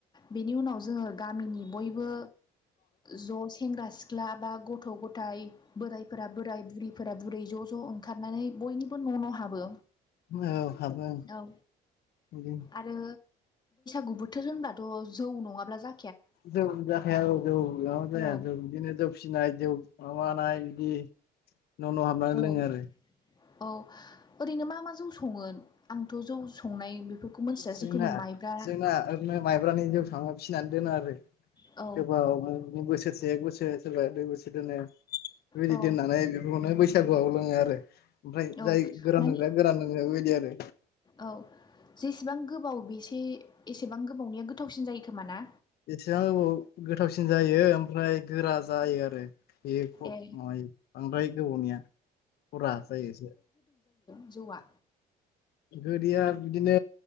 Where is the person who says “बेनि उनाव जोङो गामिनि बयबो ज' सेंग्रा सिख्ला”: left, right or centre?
Left